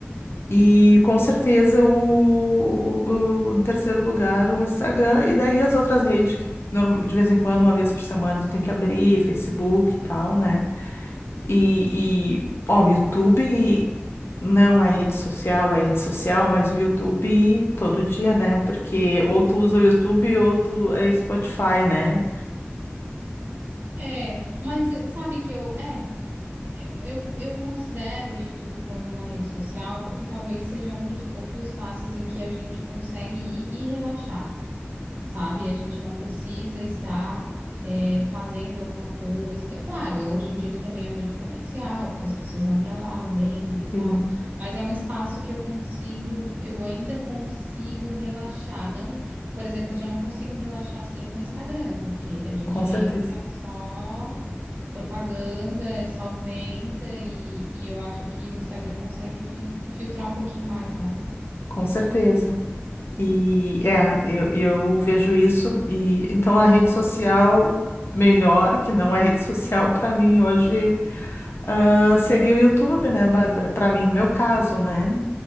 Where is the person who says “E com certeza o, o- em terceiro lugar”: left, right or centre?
Left